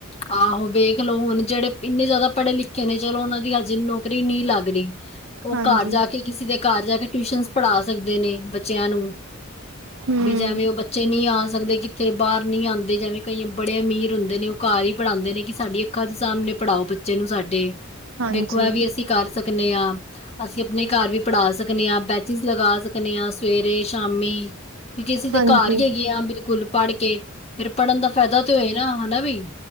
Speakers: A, on the left (about 30°); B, on the right (about 65°).
A: ਆਹੋ ਵੇਖ ਲਓ ਹੁਣ ਜਿਹੜੇ ਇੰਨੇ ਜ਼ਿਆਦਾ ਪੜ੍ਹੇ ਲਿਖੇ ਨੇ, ਚਲੋ ਉਹਨਾਂ ਦੀ, ਹਾਜੇ ਨੌਕਰੀ ਨਹੀ ਲੱਗ ਰਹੀ। ਉਹ
B: ਹਾਂਜੀ
A: ਘਰ ਜਾ, ਕੇ ਕਿਸੇ ਦੇ ਘਰ ਜਾ, ਕੇ ਟਿਊਸ਼ਨ ਪੜ੍ਹਾ ਸਕਦੇ ਨੇ। ਬੱਚਿਆਂ ਨੂੰ
B: ਹਮ
A: ਵੀ, ਜਿਵੇਂ ਉਹ ਬੱਚੇ ਨਹੀਂ ਆ ਸਕਦੇ। ਕਿੱਥੇ ਬਾਹਰ ਨੀ ਆਉਂਦੇ ਜਿਵੇਂ। ਕਈ ਬੜੇ ਅਮੀਰ ਹੁੰਦੇ ਨੇ ਉਹ ਘਰ ਹੀ ਪੜ੍ਹਾਉਂਦੇ ਨੇ ਕਿ ਸਾਡੀ ਅੱਖਾਂ ਦੇ ਸਾਹਮਣੇ ਪੜ੍ਹਾਓ ਬੱਚੇ ਨੂੰ ਸਾਡੇ।
B: ਹਾਂਜੀ
A: ਦੇਖੋ ਇਹ ਵੀ, ਅਸੀਂ ਕਰ ਸਕਦੇ ਹਾਂ। ਅਸੀਂ ਆਪਣੇ ਘਰ ਵੀ, ਪੜ੍ਹਾ ਸਕਦੇ ਹਾਂ। ਬੈਚਿਸ ਲਗਾ ਸਕਦੇ ਹਾਂ ਸਵੇਰੇ ਸ਼ਾਮੀ। ਕਿਉਂਕਿ ਕਿਸੇ ਤਾਂ
B: ਹਾਂਜੀ
A: ਘਰ ਹੀ ਹੈਗੇ ਹਾਂ, ਬਿਲਕੁਲ ਪੜ੍ਹ ਕੇ ਫੇਰ ਪੜ੍ਹਨ ਦਾ ਫਾਇਦਾ ਤੇ, ਹੋਏ ਨਾ ਹਨਾ ਬ।